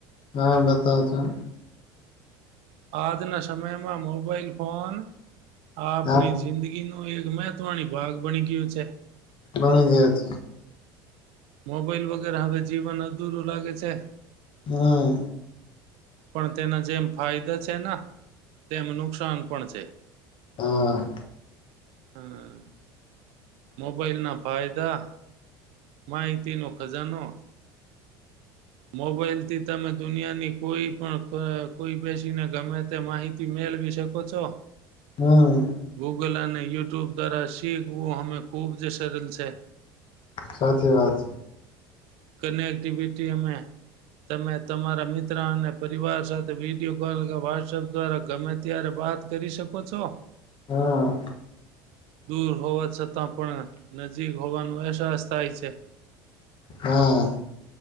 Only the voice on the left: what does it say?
હા બતાવ જો ન
હા
બની ગયો છે.
હા.
હા
હં.
સાચી વાત છે.
હા
હા.